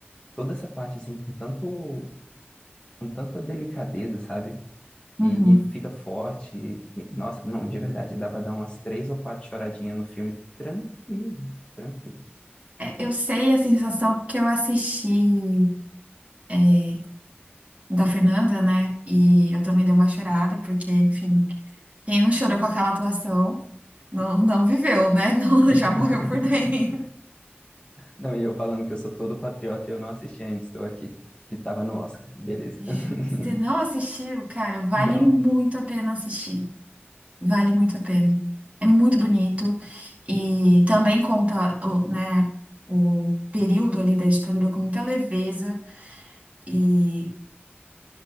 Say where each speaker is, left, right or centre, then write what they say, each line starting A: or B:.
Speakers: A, on the left (about 25°); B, on the right (about 35°).
A: toda essa parte assim com tanto com tanta delicadeza, sabe?
B: Uhum.
A: E, e fica forte. e- e- nossa, não, de verdade, dá pra dar umas três ou quatro choradinhas no filme tranquilo, tranquilo.
B: É, eu sei a sensação porque eu assisti. é, da Fernanda, né? E eu também dei uma chorada, porque, enfim, quem não chorou com aquela atuação não, não viveu, né? <laughs> Não,
A: <laughs>
B: já morreu por dentro.
A: Não, e eu falando que eu sou todo patriota e eu não assisti ainda, estou aqui, que tava no Oscar, beleza.
B: J-
A: <laughs>
B: Se não assistiu, cara, vale
A: Não,
B: muito a pena assistir. Vale muito a pena. É muito bonito e também conta o, né, o período ali da ditadura com muita leveza e